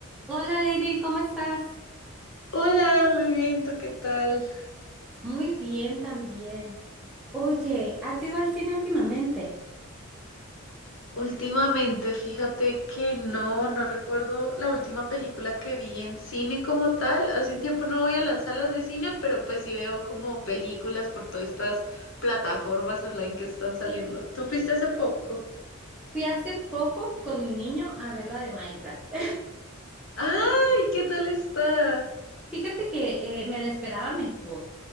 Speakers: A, in the centre; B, on the left.
A: Hola Lady, ¿cómo estás?
B: Hola, muy bien, ¿tú qué tal?
A: Muy bien también. Oye, ¿has ido al cine últimamente?
B: Últimamente, fíjate que no, no recuerdo la última película que vi en cine como tal. Hace un tiempo no voy a las salas de cine, pero pues sí veo como películas por todas estas plataformas online que están saliendo. ¿Tú fuiste hace poco?
A: Fui hace poco con mi niño a ver la de Minecraft.
B: ¡Ay! ¿Qué tal está?
A: <laughs> Fíjate que eh, me la esperaba mejor,